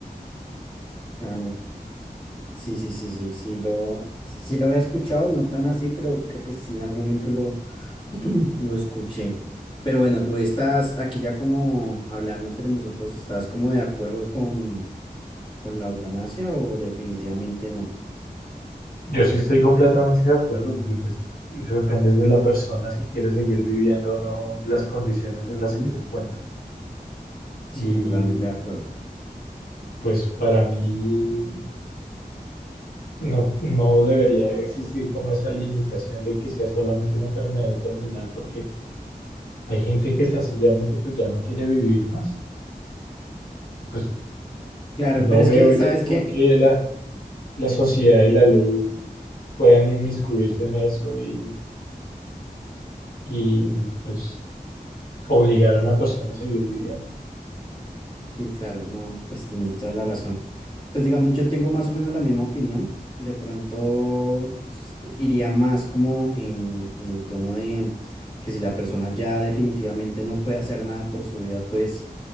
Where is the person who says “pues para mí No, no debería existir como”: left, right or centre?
Left